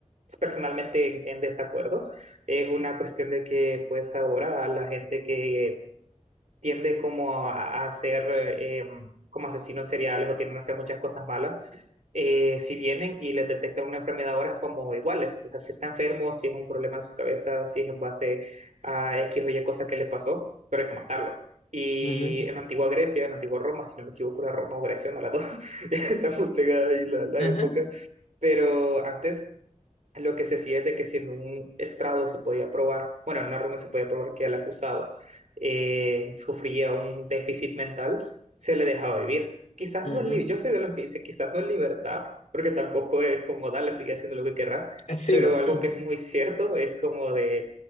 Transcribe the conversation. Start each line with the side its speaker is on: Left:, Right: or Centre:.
Right: personalmente en, en desacuerdo es una cuestión de que pues ahora la gente que tiende como a, a ser eh, como asesinos seriales o tienden a hacer muchas cosas malas, eh, si vienen y les detectan una enfermedad ahora es como iguales, o sea, si está enfermo, si es un problema en su cabeza, si es en base a X o Y cosa que le pasó, pero hay que matarlo. Y
Left: ujú,
Right: en la antigua Grecia, en la antigua Roma, si no me equivoco, era Roma o Grecia, una de las dos, <laughs> está muy pegada ahí la, la
Left: ajá,
Right: época, pero antes lo que se hacía es de que si en un estrado se podía probar, bueno, en una reunión se podía probar que el acusado eh, sufría un déficit mental, se le dejaba vivir. Quizás
Left: ujú.
Right: no en libertad, yo soy de los que dice quizás no en libertad, porque tampoco es como dale, sigue haciendo lo que querrás,
Left: Eh, Sí,
Right: pero
Left: po,
Right: algo
Left: mm,
Right: que es muy cierto es como de